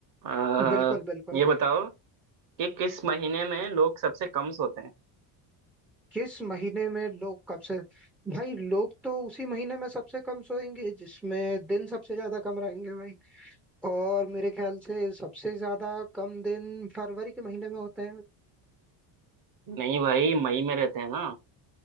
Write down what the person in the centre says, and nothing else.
बिल्कुल बिल्कुल
किस महीने में लोग कब से भाई लोग तो उसी महीने में सबसे कम सोएंगे जिसमें दिन सबसे ज्यादा कम रहेंगे भाई और मेरे ख्याल से सबसे ज्यादा कम दिन फरवरी के महीने में होते हैं